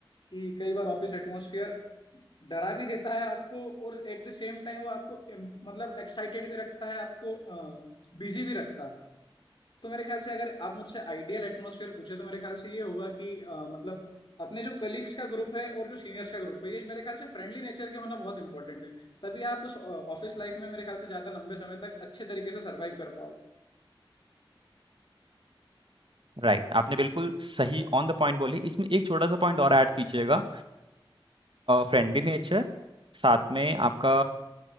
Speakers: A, on the left (about 60°); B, on the right (about 70°).
A: कि कई बार ऑफिस एटमोसफियर डरा भी देता है आपको और एट द सेम टाइम वो आपको इम- मतलब एक्साइटेड भी रखता है आपको बिजी भी रखता है तो मेरे ख्याल से अगर आप मुझसे आइडियल एटमॉस्फेयर पूछे तो मेरे ख्याल से ये होगा कि अ, मतलब अपने जो कलीग्स का ग्रुप है और जो सीनियर्स का ग्रुप है ये मेरे ख्याल से फ्रेंडली नेचर के होना बहुत इंपॉर्टेंट है तभी आप उस ऑफिस लाइफ में मेरे ख्याल से ज्यादा लंबे समय तक अच्छे तरीके से सरवाइव कर पाओगे
B: राइट आपने बिल्कुल सही ऑन द पॉइंट बोले इसमें एक छोटा सा पॉइंट और ऐड कीजिएगा फ्रेंडली नेचर साथ में आपका